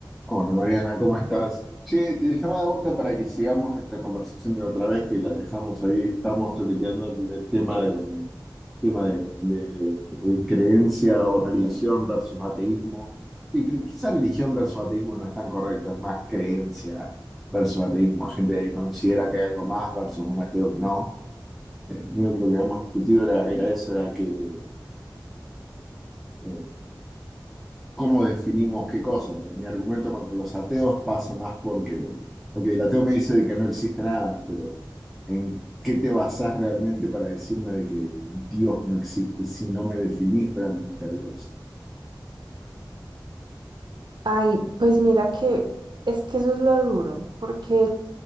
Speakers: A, in the centre; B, on the right.
A: Hola Mariana, ¿cómo estás? Che, te llamaba de vuelta para que sigamos nuestra conversación de otra vez, que la dejamos ahí, estamos toqueteando el el tema de, tema de, de- de creencia o religión versus ateísmo. Y cre- quizá religión versus ateísmo no es tan correcto, es más creencia versus ateísmo, gente que considera que hay algo más versus un ateo que no. Yo creo que lo que habíamos discutido era, era eso, era que, eh, cómo definimos qué cosa. pues. mi argumento contra los ateos pasa más porque, ok, el ateo me dice de que no existe nada, pero ¿en qué te basás realmente para decirme de que Dios no existe si no me definís realmente a Dios?
B: Ay, pues mira que es que eso es lo duro, porque,